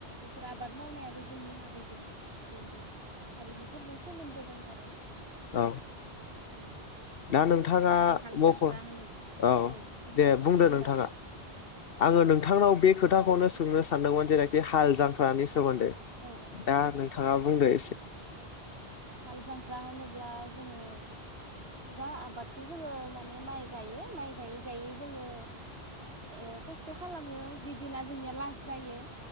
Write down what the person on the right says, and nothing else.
फोर आबाद मावनायाबो जोंनि हारिजों हारिनि हारिमुफोरजों सोमोन्दो दं आरो।
<inaudible>
जेरै हाल
जांख्रा होनोब्ला
बुंलाय
बुंलाय
औ
औ औ
नंगौ
हाल जांख्रा होनोब्ला जोङो जा आबादखौ जोङो माने माइ गायो माइ गायै गायै जोङो ओ खस्थ' खालामो जिदिना जोंनिया लास जायो